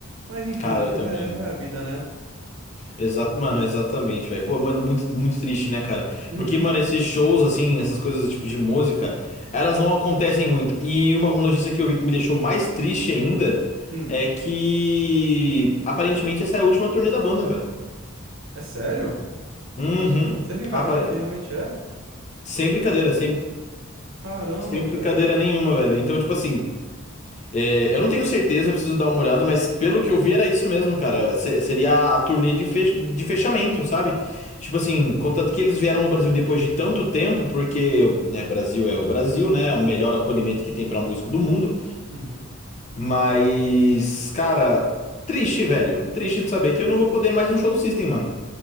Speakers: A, on the right (about 75°); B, on the left (about 35°).
A: Mas enfim,
B: Cara, eu
A: é,
B: também.
A: é a vida, né?
B: Exato, mano, exatamente, velho. Pô, mano, muito, muito triste, né, cara?
A: Uhum.
B: Porque, mano, esses shows, assim, essas coisas tipo de música, elas não acontecem muito. E uma notícia que eu vi que me deixou mais triste ainda
A: Hum.
B: é que aparentemente essa é a última turnê da banda, velho.
A: É sério?
B: Uhum.
A: Sem brincadeira
B: Apare...
A: que realmente é?
B: Sem brincadeira, sem,
A: Caramba,
B: sem
A: velho.
B: brincadeira nenhuma, velho. Então, tipo assim. É, eu não tenho certeza, eu preciso dar uma olhada, mas pelo que eu vi era isso mesmo, cara. Se- seria a turnê de, fech- de fechamento, sabe? Tipo assim, contanto que eles vieram no Brasil depois de tanto tempo, porque né, Brasil é o Brasil, né? O melhor acolhimento que tem pra músico do mundo.
A: Uhum.
B: Mas, cara, triste, velho. Triste de saber que eu não vou poder mais um show do System, mano.